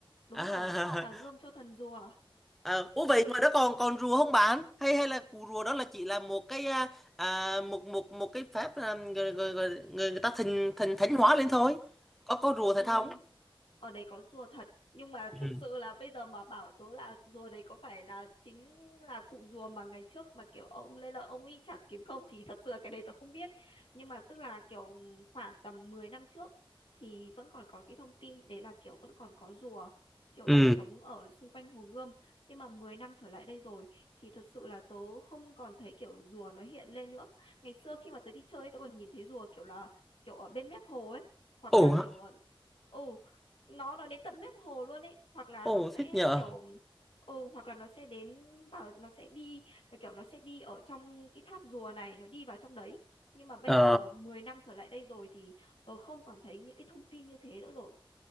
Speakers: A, on the left (about 70°); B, in the centre.
A: đúng
B: À,
A: rồi chả gươm cho thần rùa
B: Ờ, ủa vậy ngoài đó còn còn rùa không bạn hay hay là cù rùa đó là chỉ là một cái à, à, một một một cái phép à, người, người, người, người người ta thành thành thánh hóa lên thôi có có rùa thật
A: Ừm,
B: không
A: ở đấy có rùa thật nhưng mà
B: ừ
A: thật sự là bây giờ mà bảo tớ là rùa đấy có phải là chính là cụ rùa mà ngày trước mà kiểu ông Lê Lợi ông ấy chả kiếm không thì thật sự là cái đấy tớ không biết nhưng mà tức là kiểu khoảng tầm 10 năm trước thì vẫn còn có cái thông tin đấy là kiểu vẫn còn có rùa kiểu
B: ừ
A: là sống ở xung quanh Hồ Gươm nhưng mà 10 năm trở lại đây rồi thì thật sự là tớ không còn thấy kiểu rùa nó hiện lên nữa ngày xưa khi mà tớ đi chơi tớ còn nhìn thấy rùa kiểu là kiểu ở bên mép hồ ấy hoặc
B: ồ
A: là
B: ha-
A: kiểu ở ừ nó nó đến tận mép hồ luôn ấy hoặc là
B: ồ
A: nó sẽ
B: thích nhờ
A: kiểu ừ hoặc là nó sẽ đến vào nó sẽ đi là kiểu nó sẽ đi ở trong cái tháp rùa này nó đi vào trong đấy nhưng mà bây
B: ờ
A: giờ 10 năm trở lại đây rồi thì tôi không còn thấy những cái thông tin như thế nữa rồi